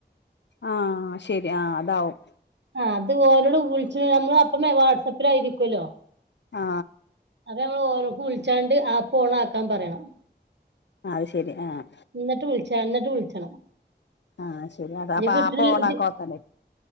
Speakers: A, on the left; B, on the right.
A: ആ ശരി ആ അതാവും
B: ആ അത് ഓരോട് വിളിച്ച അന്ന് അപ്പേ വാട്സാപ്പിൽ ആയിരിക്കുല്ലോ
A: ആ
B: അപ്പ നമ്മള് ഓനാക്കും വിളിച്ചാണ്ട് ആപ്പ് ഓൺ ആക്കു പറയണം
A: അത് ശരി ആഹ്
B: എന്നിട്ട് വിളിച്ച എന്നിട്ട് വിളിച്ചണം
A: ആഹ് ശരി അത
B: <unintelligible>
A: അപ്പൊ ആപ്പ് ഓണാക്കാത്തല്ലേ